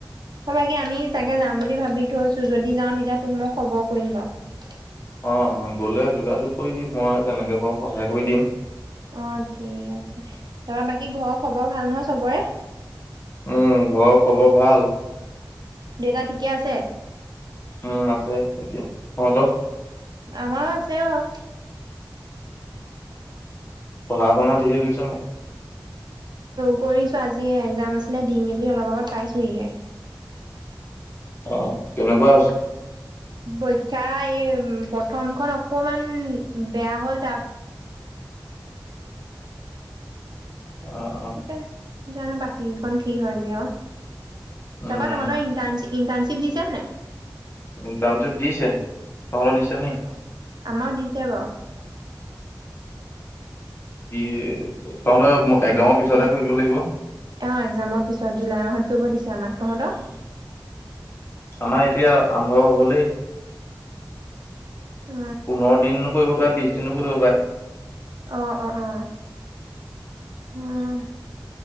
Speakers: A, on the right; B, on the left.
A: বাকী আমি তাতে যাম বুলি ভাবি থৈছো যদি যাওঁ তেতিয়া তোক মই খবৰ কৰিম বাৰু।
B: অ' গলে যোগাযোগ কৰিবি, মই যেনেক পাৰোঁ সহায় কৰি দিম।
A: অ' ঠিক আছে তাৰ বাকী ঘৰৰ খবৰ ভাল নহয় চবৰে?
B: উম ঘৰ খবৰ ভাল।
A: দেউতা ঠিকে আঁছে?
B: উম ', আছে এতিয়া, তহঁতৰ?
A: আমাৰ আছে বাৰু।
B: পঢ়া-
A: তাকে।
B: শুনা ঠিকে কৰিছ নাই?
A: কৰিছোঁ আজিহে এক্সাম আছিলে, দি মেলি অলপ আগত পাইছোহিহে।
B: অ', কেনেকুৱা হৈছে?
A: পৰীক্ষা এই, উম প্ৰথমখন অকমান বেয়া হ'ল
B: অ' অ'
A: তাকে জানো বাকীকিখন কি হয়গে আৱ
B: উম
A: তাপা তহঁতৰ ইণ্টাৰ্শ্বিপ ইণ্টাৰ্শ্বিপ দিছে নে নাই?
B: কিন্ত টাৰম চব দিছে <unintelligible> দিছে নি?
A: অ' আমাৰ দিছে বাৰু।
B: কি তহঁতৰ একজামৰ পিছতহে কৰিব লাগিব।
A: অ ', এক্জামৰ পিছত জুলাই মাহত কৰিব দিছে আমাক, তহঁতক?
B: আমাৰ এতিয়া আৰম্ভ হলেই।
A: অ
B: পোন্ধৰ- দিন কৰিব পাৰ, বিছ দিনো কৰিব পায়,
A: অহ - অহ - অহ - অঁহ